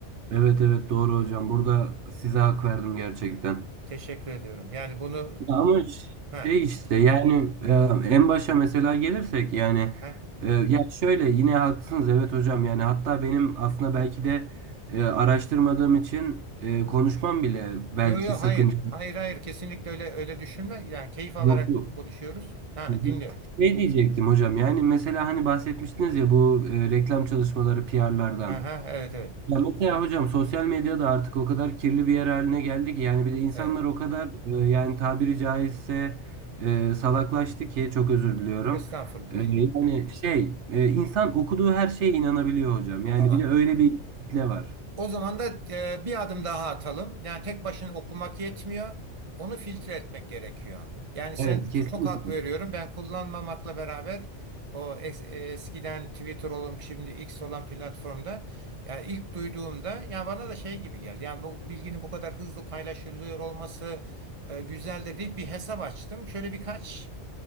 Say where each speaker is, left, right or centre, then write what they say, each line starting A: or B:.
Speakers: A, on the right; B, on the right.
A: Evet evet doğru hocam. Burada size hak verdim gerçekten.
B: Teşekkür ediyorum. Yani bunu
A: Ya Ama
B: e, ha,
A: şey işte yani e, en başa mesela gelirsek yani
B: ha.
A: e, ya şöyle yine haklısınız evet hocam yani hatta benim aslında belki de e, araştırmadığım için e, konuşmam bile belki
B: Yo yo
A: sakınca
B: hayır. Hayır hayır kesinlikle öyle öyle düşünme. Yani keyif alarak
A: yoktu.
B: konuşuyoruz. Ha
A: Hı hı.
B: dinliyorum.
A: Şey diyecektim hocam yani mesela hani bahsetmiştiniz ya bu e, reklam çalışmaları PR'lardan.
B: Aha, evet evet.
A: Ya mesela hocam sosyal medya da artık o kadar kirli bir yer haline geldi ki yani bir de insanlar
B: Evet.
A: o kadar e, yani tabiri caizse e, salaklaştı ki çok özür diliyorum.
B: Estağfurullah
A: E, yani
B: dinliyorum.
A: şey e, insan okuduğu her şeye inanabiliyor hocam. Yani
B: Tamam.
A: bir de öyle bir kitle var.
B: O zaman da e, bir adım daha atalım. Yani tek başına okumak yetmiyor. Onu filtre etmek gerekiyor. Yani sen
A: Evet kesinlikle.
B: çok hak veriyorum. Ben kullanmamakla beraber o es- e, eskiden Twitter olup şimdi X olan platformda yani ilk duyduğumda yani bana da şey gibi geldi. Yani bu bilginin bu kadar hızlı paylaşılıyor olması e, güzeldir deyip bir hesap açtım. Şöyle birkaç